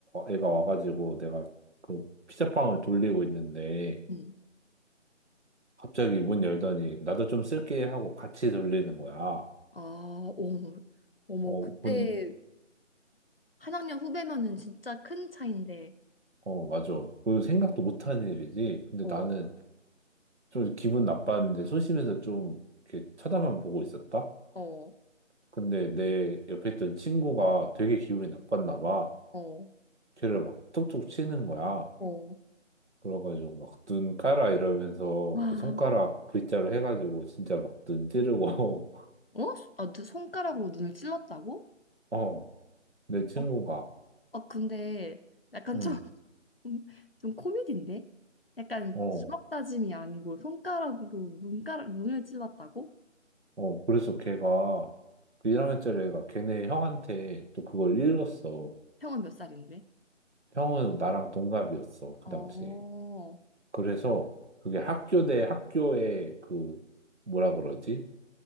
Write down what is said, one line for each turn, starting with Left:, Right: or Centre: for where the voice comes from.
Right: 애가 와가지고 내가 그 피자빵을 돌리고 있는데
Left: 응.
Right: 갑자기 문 열더니 나도 좀 쓸게 하고 같이 돌리는 거야.
Left: 아, 어머, 어머,
Right: 어,
Left: 그때
Right: 본,
Left: 한 학년 후배면은 진짜 큰 차인데,
Right: 어, 맞아. 그 생각도 못한 일이지. 근데
Left: 어,
Right: 나는 좀 기분 나빴는데 소심해서 좀 이렇게 쳐다만 보고 있었다.
Left: 어,
Right: 근데 내 옆에 있던 친구가 되게 기분이 나빴나 봐.
Left: 어,
Right: 걔를 막 툭툭 치는 거야.
Left: 어.
Right: 그래가지고 막 눈 까라 이러면서
Left: 와,
Right: 그 손가락 V자로 해가지고 진짜 막 눈 찌르고,
Left: 어? 아, 너 손가락으로 눈을 찔렀다고?
Right: <laughs> 어, 내 친구가,
Left: 어, 어, 근데 약간
Right: 응,
Left: 좀, <laughs> 좀 코미디인데? 약간
Right: 어,
Left: 주먹 다짐이 아니고 손가락으로 눈가락, 눈을 찔렀다고?
Right: 어, 그래서 걔가, 그 1학년짜리 애가 걔네 형한테 또 그걸 일렀어.
Left: 형은 몇 살인데?
Right: 형은 나랑 동갑이었어, 그
Left: 어,
Right: 당시에. 그래서 그게 학교 대 학교의 그, 뭐라 그러지?